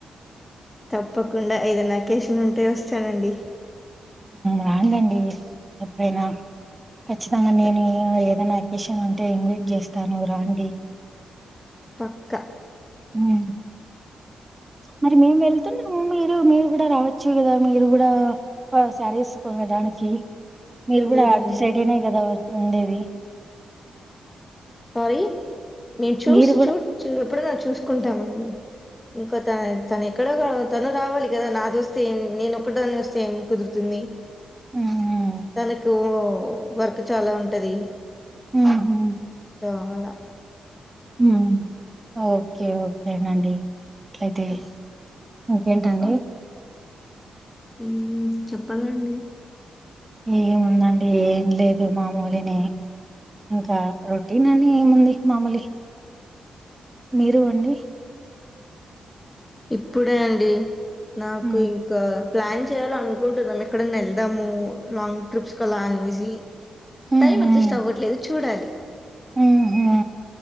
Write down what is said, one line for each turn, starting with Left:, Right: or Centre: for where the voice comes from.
Left: తప్పకుండా ఏద నాకేషన్ ఉంటే వస్తానండి
Right: రాంండి ఎప్పుడైనా ఖచ్చితంగా నేను
Left: త-
Right: ఏదైనా అకేషన్ అంటే ఇన్వైట్ చేస్తాను రాండి
Left: పక్క
Right: మ్మ్ మరి మేము వెళ్తున్నాము మీరు మీరు కూడా రావచ్చు కదా మీరు కూడా శారీస్ కొనడానికి మీరు కూడా
Left: లేదండి
Right: అటు సైడ్ అనా కదా ఉండేది
Left: సారీ మేము చూసి
Right: మీరు కూడా
Left: చూ చు ఎప్పుడై నా చూసుకుంటామండి ఇంకో త తన ఎక్కడో తను రావాలి కదా నాది వస్తే ఏం నేనొక్కదాన్ని దాని వస్తే ఏం కుదురుతుంది
Right: మ్మ్
Left: తనకు వర్క్ చాలా ఉంటది
Right: ఊహూ
Left: సో అలా
Right: హ్మ్ ఓకే ఓకే నండి ట్లైతే ఇంకేంటండి
Left: ఇ చెప్పాలండి
Right: ఏముందండి ఏం లేదు మామూలినే ఇంకా రొటీన్ అని ఏముంది మామూలి మీరు అండి
Left: ఇప్పుడే అండి నాకు
Right: మ్మ్
Left: ఇంకా ప్లాన్ చేయాల అనుకుంటున్నాం ఎక్కడన్న వెళ్దాము లాంగ్ ట్రిప్స్ కలా అనేసి
Right: మ్మ్
Left: టైమ్
Right: మ్మ్
Left: అడ్జస్ట్ అవ్వట్లేదు చూడాలి
Right: ఆహా!